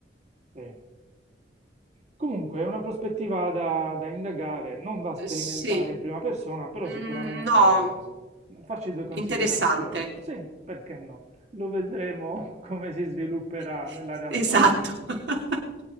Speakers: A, on the right; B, on the right.
A: sì. Comunque è una prospettiva da, da indagare, non da sperimentare
B: Uhm, sì.
A: in prima persona, però
B: Mhmm,
A: sicuramente
B: no.
A: eh, farci due considerazioni.
B: Interessante.
A: Sì, perché no? Lo vedremo <laughs> come si svilupperà
B: <laughs>
A: nella realtà.
B: Esatto. <laughs>